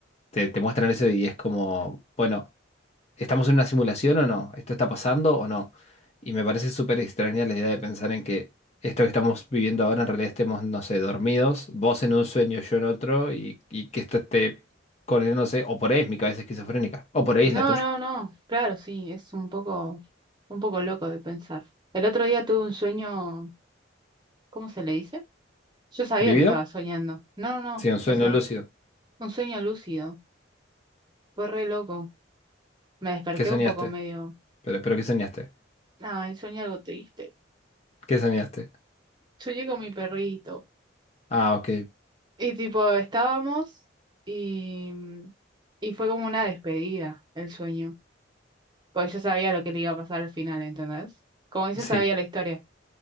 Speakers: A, on the left; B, on the right.
A: te, te muestran eso y es como, bueno. ¿estamos en una simulación o no? ¿Esto está pasando o no? Y me parece súper extraña la idea de pensar en que esto que estamos viviendo ahora en realidad estemos, no sé, dormidos, vos en un sueño, yo en otro, y, y que esto esté coordinándose, o por ahí es mi cabeza esquizofrénica, o por ahí
B: No,
A: es la tuya.
B: no, no. Claro, sí, es un poco, un poco loco de pensar. El otro día tuve un sueño, ¿cómo se le dice? Yo sabía
A: ¿Vivido?
B: que estaba soñando. No, no, no.
A: Sí, un sueño
B: O sea,
A: lúcido.
B: un sueño lúcido. Fue re loco. Me desperté
A: ¿Qué soñaste?
B: un poco medio
A: Pero, pero ¿qué soñaste?
B: Ay, soñé algo triste.
A: ¿Qué soñaste?
B: Soñé con mi perrito.
A: Ah, ok,
B: Y tipo, estábamos y, mm, y fue como una despedida el sueño. Porque yo sabía lo que le iba a pasar al final, ¿entendés? Como que yo
A: sí.
B: sabía la historia.